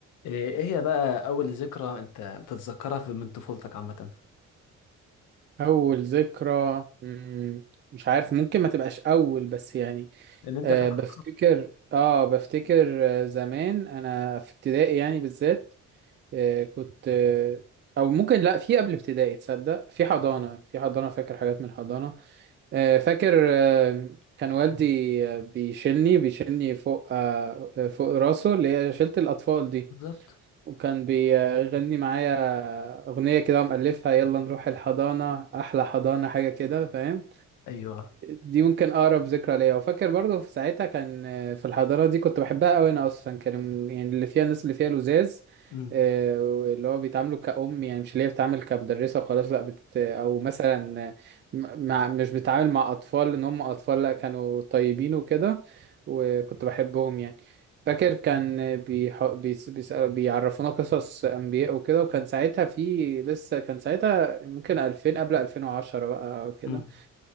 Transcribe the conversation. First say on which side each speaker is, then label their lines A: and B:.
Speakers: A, on the left; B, on the right.
A: ايه إيه هي بقى اول ذكرى انت بتتذكرها في من طفولتك عامه
B: أول ذكرى مم، مش عارف ممكن ما تبقاش أول بس يعني
A: اللي انت
B: أه
A: فاكره
B: بفتكر آه بفتكر آه، زمان أنا في ابتدائي يعني بالذات أه كنت أه أو ممكن لأ في قبل ابتدائي تصدق في حضانة في حضانة فاكر حاجات من الحضانة أه فاكر أه كان والدي آه، بيشيلني بيشيلني فوق أه آه، فوق راسه اللي هي شيلة الأطفال دي
A: بالظبط
B: وكان بيغني معايا أغنية كده ومألفها يلا نروح الحضانة أحلى حضانة حاجة كده فاهم
A: ايوه
B: دي ممكن اقرب ذكرى ليا وفاكر برضو في ساعتها كان آه، في الحضانه دي كنت بحبها قوي انا اصلا كان يعني اللي فيها الناس اللي فيها لزاز
A: امم
B: آه، اللي هو بيتعاملوا كأم يعني مش اللي هي بتتعامل كمدرسة وخلاص لا بت أو مثلا آه، م- مع مش بتتعامل مع أطفال إن هم أطفال لا كانوا طيبين وكده وكنت بحبهم يعني فاكر كان بيح... بيس... بيسأل... بيعرفونا قصص أنبياء وكده وكان ساعتها في لسه كان ساعتها ممكن 2000 قبل 2010 بقى كده
A: امم